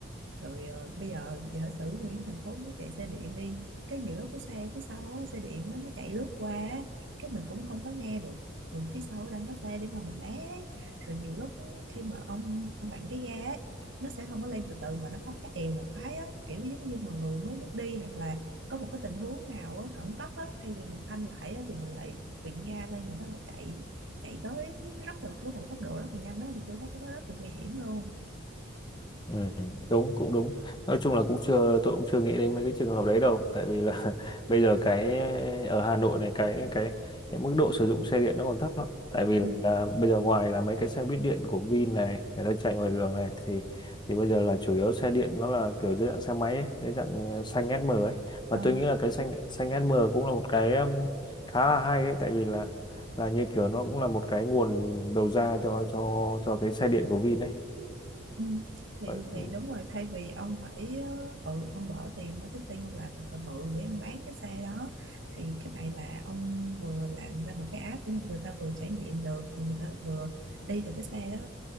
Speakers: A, on the right; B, on the left.
A: rồi ờ, bây giờ giả sử nguyên thành phố nó chạy xe điện đi cái nhiều lúc cái xe phía sau á, xe điện á, nó chạy lướt qua á, cái mình cũng không có nghe được ừ phía sau đang có xe để mà mình né ấy. rồi nhiều lúc khi mà ông ông vặn cái ga ấy, nó sẽ không có lên từ từ mà nó phóng cái èo một cái á, kiểu giống như mà người mới biết đi hoặc là có một cái tình huống nào á, khẩn cấp á, thay vì mình phanh lại á, thì mình lại vịn ga lên mà nó lại chạy chạy tới rất là với một tốc độ rất là nhanh á, thì tôi thấy cái đó rất là nguy hiểm luôn
B: Ừ, đúng cũng đúng nói chung là cũng chưa tôi cũng chưa nghĩ đến mấy cái trường hợp đấy đâu tại vì là <laughs> bây giờ cái ở Hà Nội này cái cái cái mức độ sử dụng xe điện nó còn thấp lắm tại vì
A: ừ.
B: là bây giờ ngoài là mấy cái xe buýt điện của Vin này người ta chạy ngoài đường này thì thì bây giờ là chủ yếu xe điện nó là kiểu dưới dạng xe máy ấy, dưới dạng xanh SM ấy và
A: Ờ,
B: tôi nghĩ là cái xanh xanh SM cũng là một cái um, khá là hay ấy tại vì là là như kiểu nó cũng là một cái nguồn đầu ra cho cho cho cái xe điện của Vin đấy.
A: Ừ. Thì
B: Ừ.
A: thì đúng rồi thay vì ông phải ờ, ừ ông bỏ tiền marketing ông làm thật là bự để ông bán cái xe đó thì cái này là ông vừa làm ra một cái app để người ta vừa trải nghiệm được và người ta vừa đi được cái xe đó